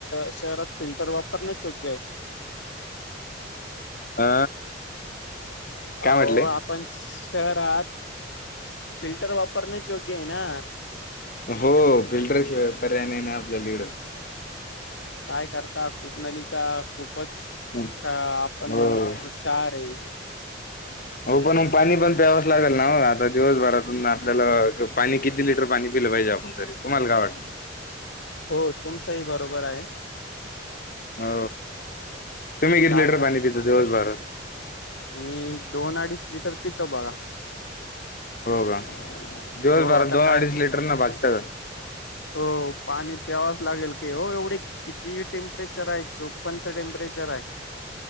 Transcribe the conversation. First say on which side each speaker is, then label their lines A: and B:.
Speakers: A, on the left; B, on the left.
A: शहरात फिल्टर वापरणेच योग्य आहे.
B: आ..
A: हो
B: काय म्हटले
A: आपण शहरात. फिल्टर वापरणे योग्य आहे ना.
B: हो फिल्टर शिवाय पर्याय नाही ना आपल्या इड
A: काय करता खूप नलीका खूप बघ
B: हम्म.
A: आता आपण
B: हो
A: म्हणू शकतो शार आहे.
B: हो पण पाणी पण प्याव लागेल ना आता दिवसभरातून आपल्याला पाणी किती लिटर पाणी पिलं पाहिजे आपण तरी तुम्हाला काय वाट?
A: हो तुमचही बरोबर आहे.
B: हो तुम्ही किती
A: काय
B: लिटर
A: करता
B: पाणी पिता दिवसभरात?
A: मी दोन अडीच लिटर पितो बघा.
B: हो का दिवसभर
A: हो आता
B: दोन
A: काय
B: अडीच लिटर न भाघत
A: हो पाणी प्यावाच लागेल की हो एवढे. किती टेम्परेचर आहे चोपनच टेम्परेचर आहे.